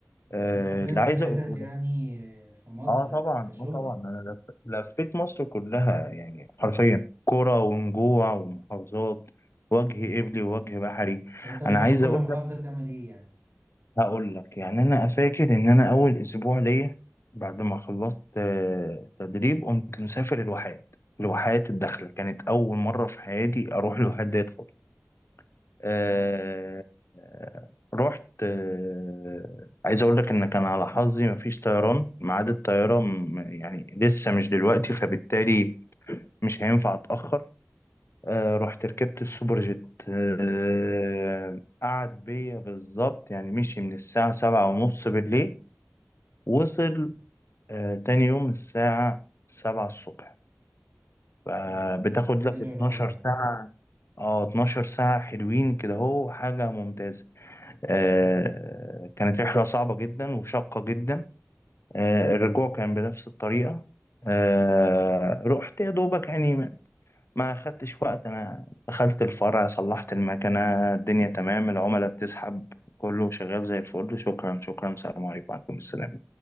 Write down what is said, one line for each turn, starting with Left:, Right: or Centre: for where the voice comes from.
Left: آه،
Right: بس سافرت
Left: اللي عايز
Right: حتت
Left: اقوله
Right: يعني في مصر
Left: اه طبعا
Right: كشغل
Left: اه طبعا انا لف... لفيت مصر كلها يعني حرفيا كرة ونجوع ومحافظات وجه قبلي ووجه بحري
Right: طب أنت بتروح
Left: انا عايز
Right: كل
Left: اقول
Right: محافظة
Left: لك
Right: بتعمل إيه يعني؟
Left: هقول لك يعني انا فاكر ان انا اول اسبوع ليا بعد ما خلصت آه، تدريب قمت مسافر الواحات الواحات الداخلة كانت اول مرة في حياتي اروح الواحات ديت خالص آه،
Right: آه
Left: آه، رحت آه، عايز اقول لك ان كان على حظي مفيش طيران ميعاد الطياره م- يعني لسه مش دلوقتي فبالتالي مش هينفع اتاخر آه، رحت ركبت السوبر جيت آه، قعد بيا بالظبط يعني مشي من الساعه سبعة ونص بالليل وصل آه، تاني يوم الساعه سبعة الصبح فبتاخد
Right: ده ده إيه
Left: لك
Right: العراق
Left: 12
Right: ده؟
Left: ساعة اه 12 ساعة حلوين كده هو حاجة ممتازة آه، كانت رحلة صعبة جدا وشاقة جدا آه، الرجوع كان بنفس الطريقة آه، رحت يا دوبك يعني ما ما خدتش وقت أنا دخلت الفرع صلحت المكنة الدنيا تمام العملاء بتسحب كله شغال زي الفل شكرا شكرا السلام عليكم وعليكم السلام